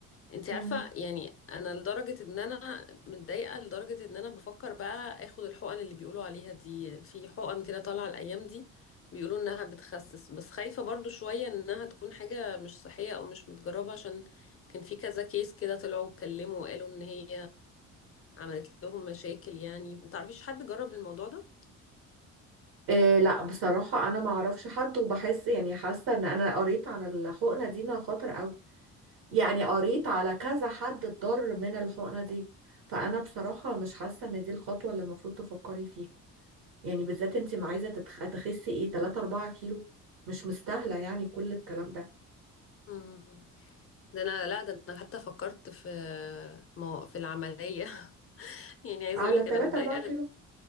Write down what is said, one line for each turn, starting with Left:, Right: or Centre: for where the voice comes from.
Left: انت عارفه
Right: مم.
Left: يعني انا لدرجه ان انا متضايقه لدرجه ان انا بفكر بقى اخد الحقن اللي بيقولوا عليها دي في حقن كده طالعه الايام دي بيقولوا انها بتخسس بس خايفه برضو شويه انها تكون حاجه مش صحيه او مش متجربه عشان كان في كذا كيس كده طلعوا اتكلموا وقالوا ان هي عملت لهم مشاكل يعني ما تعرفيش حد جرب الموضوع ده
Right: إيه لا بصراحة أنا ما أعرفش حد وبحس يعني حاسة إن أنا قريت عن الحقنة دي إنها خطر أوي يعني قريت على كذا حد اتضر من الحقنة دي فأنا بصراحة مش حاسة إن دي الخطوة اللي المفروض تفكري فيها يعني بالذات انت ما عايزة تتخ... تخسي ايه 3 4 كيلو مش مستاهلة يعني كل الكلام ده
Left: مم. ده انا لا ده انا حتى فكرت في مو- في العمليه <laughs> يعني عايزه
Right: على
Left: اقول لك انا
Right: 3
Left: متضايقه
Right: 4
Left: لد...
Right: كيلو